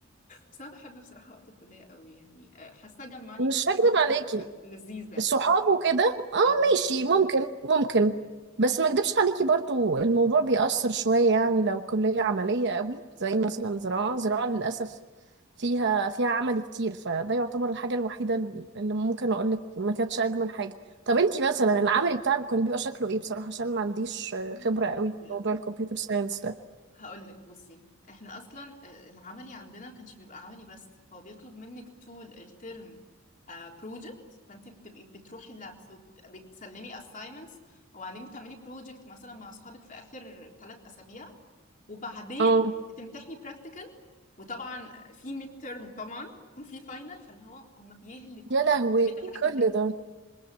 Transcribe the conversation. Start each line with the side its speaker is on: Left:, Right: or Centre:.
Left: بس أنا بحب بصراحة وقت الكلية قوي يعني آه، حاسة جمعني
Right: مش
Left: بأكتر
Right: هكدب
Left: ناس
Right: عليكي
Left: آه، لذيذة
Right: صحابه كده اه
Left: أو
Right: ماشي ممكن ممكن بس ما اكدبش عليكي برضو الموضوع بيأثر شوية يعني لو كلية عملية قوي زي مثلا زراعة زراعة للأسف فيها فيها عمل كتير فده يعتبر الحاجة الوحيدة اللي ممكن أقولك ما كانتش أجمل حاجة طب انتي مثلا العمل بتاعك كان بيبقى شكله ايه بصراحة عشان ما عنديش
Left: يا نهار
Right: خبرة قوي
Left: أبيض
Right: في موضوع الكمبيوتر ساينس ده
Left: هقول لك بصي احنا اصلا آه، العملي عندنا ما كانش بيبقى عملي بس هو بيطلب منك طول الترم بروجكت فانت بتبقي بتروحي اللابس وبتسلمي assignments وبعدين بتعملي بروجكت مثلا مع اصحابك في اخر ثلاث اسابيع وبعدين
Right: اه
Left: بتمتحني practical وطبعا في ميد ترم طبعا وفي فاينل فاللي هو هم بيهلكوا
Right: يا لهوي
Left: كمية الحاجات
Right: كل ده